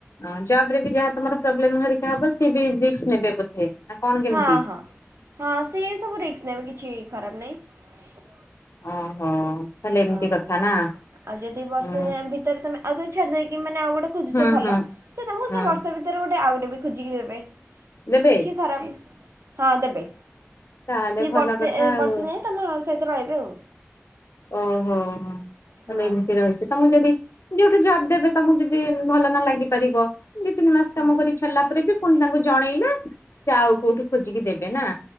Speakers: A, on the left; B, on the right.
A: ହଁ ଜବ ରେ ବି ଯାହା ତମର ପ୍ରୋବ୍ଲେମ ହରିକା ହବ ସି ବି ରିକସ ନେବେ ବୋଧେ? ନା କଣ କେମିତି?
B: ହଁ ହଁ ହଁ ସେ ସବୁ ରିକସ ନେବେ କିଛି ଖରାପ ନାହିଁ।
A: ଓହୋ ତାହଲେ
B: ହଁ
A: ଏମିତି କଥା ନା।
B: ଆଉ ଯଦି ବର୍ଷେ
A: ହୁଁ
B: ଯାଏ ଭିତରେ ତମେ ଆଉ ଥରେ ଛାଡ଼ି ଦେଇକି ମାନେ ଆଉ ଗୋଟେ ଖୋଜୁଛ
A: ହୁଁ
B: ଭଲ
A: ହୁଁ
B: ସିଏ ତମକୁ
A: ହୁଁ
B: ସେ ବର୍ଷ ଭିତରେ ଗୋଟେ ଆଉ ଗୋଟେ ବି ଖୋଜିକି ଦେବେ।
A: ଦେବେ
B: କିଛି ଖରାପ ହଁ ଦେବେ
A: ତାହେଲେ
B: ସିଏ
A: ଭଲ
B: ବର୍ସେ
A: କଥା ଆଉ
B: ବର୍ଷେ ଯାଏଁ। ତମ ସହିତ ରହିବେ ଆଉ।
A: ଓହୋ ହୋ ତାଲେ
B: ହଁ।
A: ଏମିତି ରହିଛି ତମକୁ ଯଦି ଯୋଉଠି ଜବ୍ ଦେବେ ତମକୁ ଯଦି ଭଲ ନ ଲାଗି ପାରିବ ଦି ତିନି ମାସ
B: ହଁ
A: କାମ କରି ଛାଡ଼ିଲା ପରେ ବି ପୁଣି ତାଙ୍କୁ ଜଣେଇଲେ ସେ ଆଉ କୋଉଠି ଖୋଜିକି ଦେବେ ନା